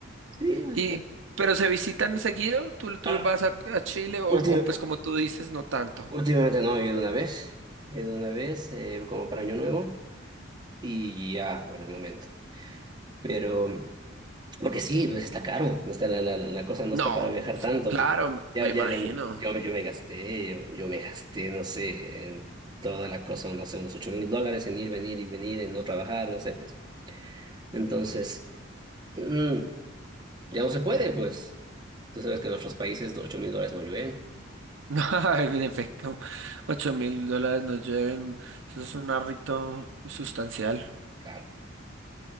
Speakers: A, on the right (about 20°); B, on the right (about 65°).
A: Sí, pues,
B: Y,
A: pues,
B: pero se visitan seguido, tú, tú
A: ah,
B: vas a, a Chile o,
A: última-
B: o pues como tú dices, no tanto.
A: Últimamente no, he ido una vez, he ido una vez eh, como para Año Nuevo y ya por el momento. Pero, porque sí, pues está caro, no está la, la, la la cosa no
B: No,
A: está para viajar tanto.
B: claro,
A: Ya,
B: me
A: ya,
B: imagino.
A: gan- yo, yo me gasté, yo, yo me gasté, no sé, en toda la cosa, no sé, unos ocho mil dólares en ir, venir y venir, en no trabajar, no sé, pues. Entonces, mm, ya no se puede, pues. Tú sabes que en nuestros países ocho mil dólares no llueven.
B: <laughs> En efecto, ocho mil dólares nos lleven. Eso es un arrito sustancial.
A: Claro.